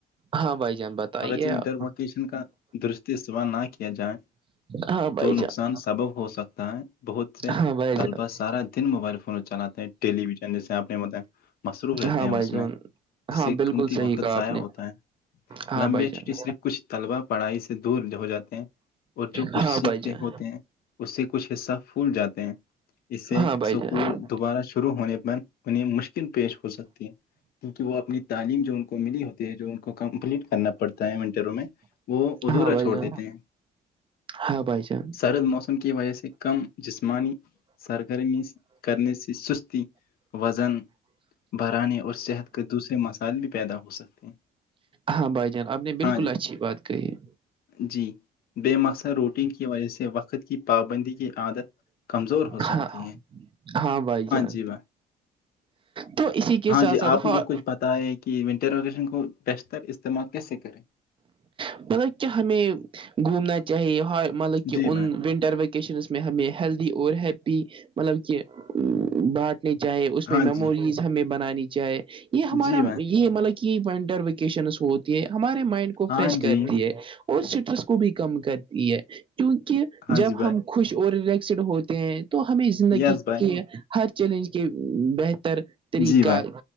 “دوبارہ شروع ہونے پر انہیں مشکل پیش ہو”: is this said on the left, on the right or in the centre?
Left